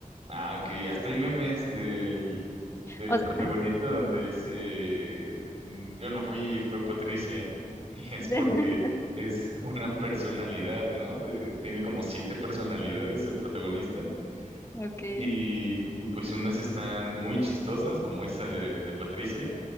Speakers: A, on the right (about 40°); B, on the left (about 20°).
A: Ah, ok. Hasta hay memes del, del
B: O
A: protagonista
B: sea,
A: donde dice, "Mm, yo no fui, fue Patricia. <laughs> Y es
B: <laughs>
A: porque es una personalidad, ¿no? De- tiene como siete personalidades el protagonista.
B: ok,
A: Y, y pues unas están muy chistosas, como esa de, de Patricia,